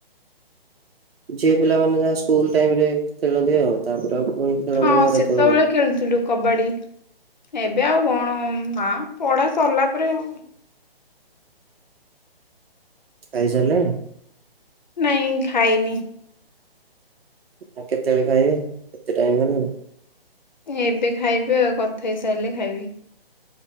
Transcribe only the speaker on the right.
ଝିଅ ପିଲାମାନେ ଯାହା ସ୍କୁଲ ଟାଇମରେ ଖେଳନ୍ତି ଆଉ ତାପରେ ଆଉ ପୁଣି ଖେଳନ୍ତି
ଘରେତ
ରୁହନ୍ତି।
ଖାଇସାରିଲେଣି?
ଆଉ କେତେବେଳେ ଖାଇବେ ଏତେ ଟାଇମ୍ ହେଲାଣି?